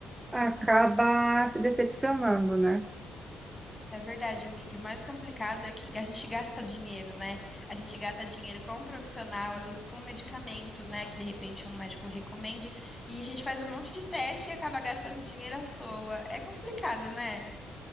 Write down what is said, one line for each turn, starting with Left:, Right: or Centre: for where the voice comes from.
Right: acaba se decepcionando, né?
Left: É verdade, amiga. O mais complicado é que a gente gasta dinheiro, né? A gente gasta dinheiro com um profissional, às vezes com um medicamento, né? Que de repente um médico recomende, e a gente faz um monte de teste e acaba gastando dinheiro à toa. É complicado, né?